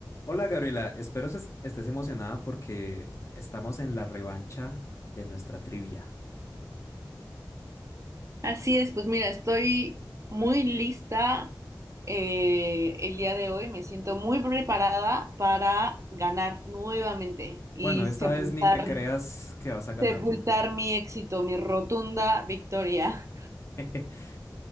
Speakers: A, on the left; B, on the right.
A: Hola Gabriela, espero ses- estés emocionada porque estamos en la revancha de nuestra trivia.
B: Así es, pues mira, estoy muy lista eh, el día de hoy, me siento muy preparada para ganar nuevamente y
A: Bueno, esta
B: sepultar,
A: vez ni te creas que vas a ganarme.
B: sepultar mi éxito, mi rotunda victoria.
A: <laughs>